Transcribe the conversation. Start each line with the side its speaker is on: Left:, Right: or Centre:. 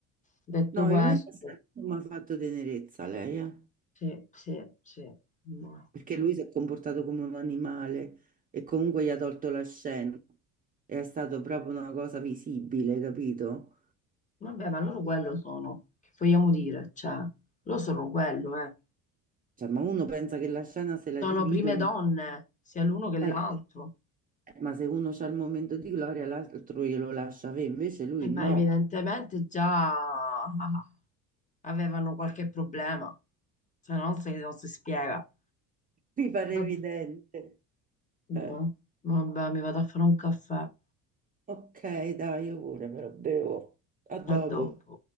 Left: Detto
Right: No,
Left: questo,
Right: veramente mi ha fatto tenerezza lei, eh.
Left: sì, sì, sì. no.
Right: Perché lui si è comportato come un animale e comunque gli ha tolto la scena. È stata proprio una cosa visibile, capito?
Left: Vabbè, ma loro quello sono. Che vogliamo dire? Cioè, loro sono quello, eh.
Right: Cioè, ma uno pensa che la scena se la
Left: Sono
Right: dividono,
Left: prime donne, sia l'uno che
Right: eh,
Left: l'altro.
Right: ma se uno c'ha il momento di gloria, l'altro glielo lascia avere, invece lui
Left: E ma
Right: no.
Left: evidentemente già <laughs> avevano qualche problema, se no non si non si spiega.
Right: Mi pare
Left: Vabbè,
Right: evidente. Eh,
Left: mo- vabbè, mi vado a fare un caffè.
Right: ok, dai, io pure me lo bevo. A dopo.
Left: A dopo.